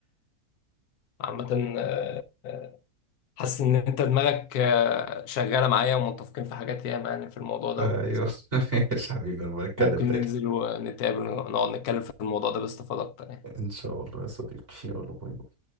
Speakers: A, on the left (about 80°); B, on the right (about 40°).
A: عامه آه، حاسس ان انت دماغك آه، شغاله معايا ومتفقين في حاجات ياما يعني في الموضوع ده
B: ايوه <laughs> ماشي يا حبيبي انا بتكلم
A: ممكن
B: تاني
A: ننزل ونتقابل ونقعد نتكلم في الموضوع ده باستفاضه اكتر يعني.
B: ان شاء الله يا صديقي يلا باي باي